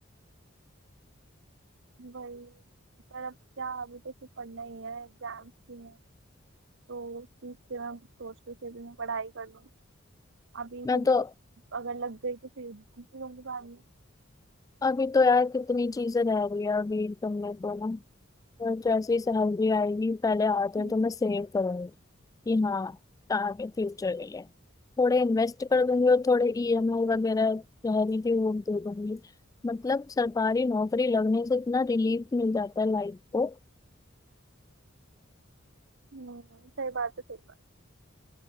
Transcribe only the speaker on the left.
मैं
तो
अभी तो यार कितनी चीजें रह रही है अभी तुमने तो ना और जैसे ही सैलरी आएगी पहले आते
हैं तो मैं सेव करूंगी कि हाँ आगे फ्यूचर के लिए थोड़े इन्वेस्ट कर दूंगी और थोड़े ईएमआई वगैरह रह रही थी वो दे दूंगी मतलब सरकारी नौकरी लगने से इतना रिलीफ मिल जाता है लाइफ को